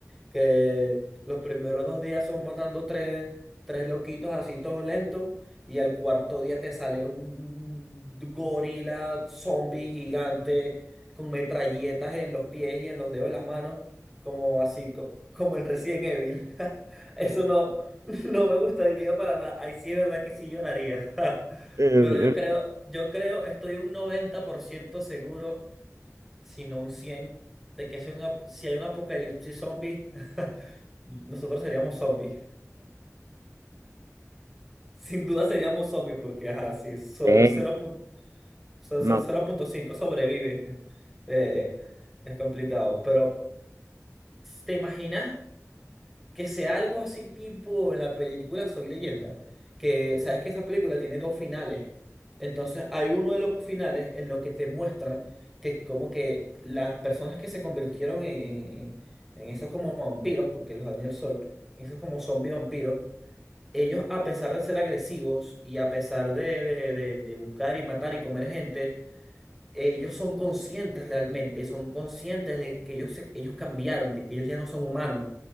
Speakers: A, in the centre; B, on the right (about 65°).
A: que los primeros dos días son matando tres, tres loquitos así todos lentos, y al cuarto día te sale un gorila zombie gigante con metralletas en los pies y en los dedos de las manos, como así, co- como en Resident Evil. <laughs> Eso no, no me gustaría para nada. Ahí sí es verdad que sí lloraría. <laughs>
B: Eh,
A: Pero yo creo, yo creo, estoy un 90% seguro sino un 100 de que si hay un, ap- si hay un apocalipsis zombie, <laughs> nosotros seríamos zombies. Sin duda seríamos zombies, porque ajá, si solo
B: eh,
A: cero
B: eh,
A: pun- solo-
B: no,
A: solo 0.5 sobrevive, <laughs> eh, eh, es complicado. Pero, ¿te imaginas? que sea algo así tipo en la película Soy Leyenda, que sabes que esa película tiene dos finales. Entonces hay uno de los finales en lo que te muestran que como que las personas que se convirtieron en, en, en- en esos como vampiros, porque los dañó el sol, esos como zombies vampiros, ellos a pesar de ser agresivos y a pesar de, de de- de buscar y matar y comer gente, ellos son conscientes realmente, son conscientes de que ellos, se- ellos cambiaron, de que ellos ya no son humanos,